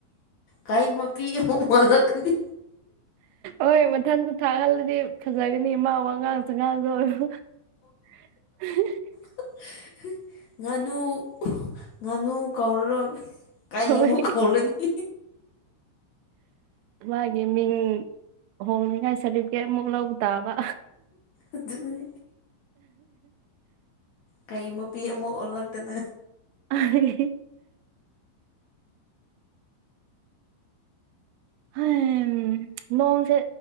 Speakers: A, on the left; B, on the right.
A: ꯀꯩ ꯃꯄꯤ ꯑꯃꯨꯛ ꯑꯣꯜꯂꯛꯀꯅꯤ
B: ꯍꯣꯏ ꯃꯊꯟꯗ ꯊꯥꯛꯍꯜꯂꯗꯤ ꯐꯖꯒꯅꯤ ꯃꯥ ꯋꯥꯉꯥꯡ ꯁꯉꯥꯡꯗ ꯑꯣꯏꯔꯣ <unintelligible>
A: <unintelligible> ꯉꯥꯅꯨ ꯉꯥꯅꯨ ꯀꯧꯔꯔꯣꯏ ꯀꯩ
B: ꯍꯣꯏ
A: ꯑꯃꯨꯛ ꯀꯧꯔꯅꯤ
B: ꯃꯥꯒꯤ ꯃꯤꯡ ꯍꯣꯡꯅꯤꯉꯥꯏ ꯁꯥꯔꯇꯤꯐꯤꯀꯦꯠꯃꯨꯛ ꯂꯧꯕ ꯇꯥꯕ
A: ꯑꯗꯨꯅꯤ ꯀꯩ ꯃꯄꯤ ꯑꯃ ꯑꯣꯜꯂꯛꯇꯅ
B: ꯑꯥꯏ ꯍꯥꯝ ꯅꯣꯡꯁꯦ